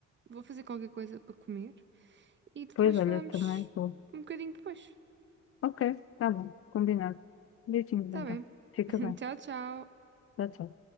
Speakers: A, on the right; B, on the left.
A: vou fazer qualquer coisa para comer e depois
B: pois olha,
A: falamos
B: também vou.
A: um bocadinho depois.
B: Ok, tá bom, combinado. Beijinhos
A: Tá
B: então.
A: bem?
B: Fica
A: <laughs>
B: bem.
A: Tchau, tchau.
B: Tchau, tchau.